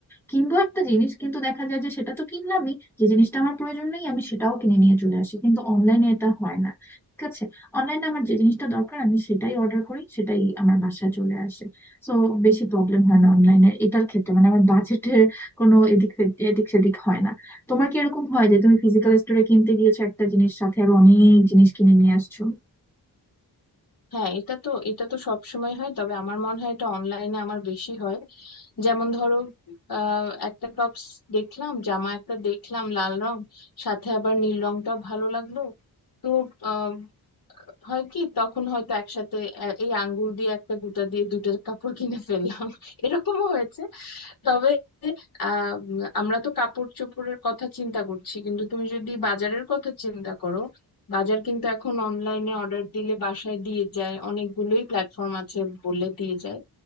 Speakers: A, in the centre; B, on the left.
A: কিনবো একটা জিনিস কিন্তু দেখা যায় যে সেটা তো কিনলামই যে জিনিসটা আমার প্রয়োজন নেই আমি সেটাও কিনে নিয়ে চলে আসি কিন্তু অনলাইনে এটা হয় না ঠিক আছে অনলাইনে আমার যে জিনিসটা দরকার আমি সেটাই অর্ডার করি সেটাই আমার বাসায় চলে আসে তো বেশি প্রবলেম হয় না অনলাইনে এটার ক্ষেত্রে মানে আমার বাজেটের কোনো এদিক সেদিক- এদিক সেদিক হয় না তোমার কি এরকম হয় যে তুমি ফিজিক্যাল স্টোরে কিনতে গিয়েছো একটা জিনিস সাথে আরো অনেক জিনিস কিনে নিয়ে আসছো
B: হ্যাঁ এটা তো এটা তো সব সময় হয় তবে আমার মনে হয় এটা অনলাইনে আমার বেশি হয় যেমন ধরো আহ, একটা টপস দেখলাম জামা একটা দেখলাম লাল রং সাথে আবার নীল রংটাও ভালো লাগলো তো আহ, হয় কি তখন হয়তো একসাথে এ- এই আঙ্গুল দিয়ে একটা গুটা দিয়ে দুটো কাপড় কিনে ফেললাম <laughs> এরকমও হয়েছে তবে আহ, উম, আমরা তো কাপড় চোপড়ের কথা চিন্তা করছি কিন্তু তুমি যদি বাজারের কথা চিন্তা করো বাজার কিন্তু এখন অনলাইনে অর্ডার দিলে বাসায় দিয়ে যায় অনেকগুলোই প্ল্যাটফর্ম আছে বলে দিয়ে যায়